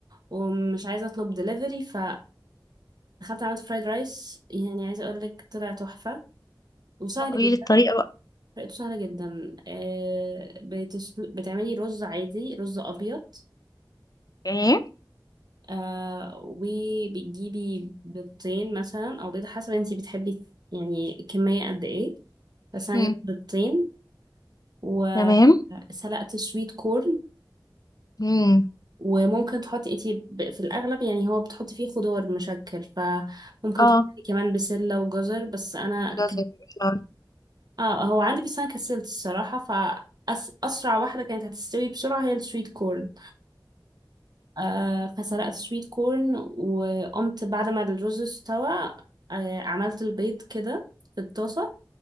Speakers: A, on the right; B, on the left.
A: ومش عايزه اطلب دليفري فدخلت عملت فرايد رايس يعني عايزه اقولك طلع تحفه وسهل
B: لا، قولي
A: جدا
B: لي الطريقة بقى
A: طريقته سهله جدا آه بتسل... بتعملي رز عادي رز ابيض
B: ايه
A: آه وبتجيبي بيضتين مثلا او بيضة حسب انتي بتحبي يعني كمية قد ايه بس انا
B: مم.
A: جبت بيضتين وسلقت
B: تمام
A: سويت كورن
B: مم.
A: وممكن تحطي انتي ب- في الاغلب يعني هو بتحطي فيه خضار مشكل فممكن
B: اه
A: تحطي كمان بسلة وجزر بس انا ك...
B: جزر بالفلاور
A: اه هو عندي بس انا كسلت الصراحة فأسرع واحدة كانت هتستوي بسرعة هي السويت كورن آه فسلقت سويت كورن وقمت بعد ما الرز استوى آه عملت البيض كده في الطاسة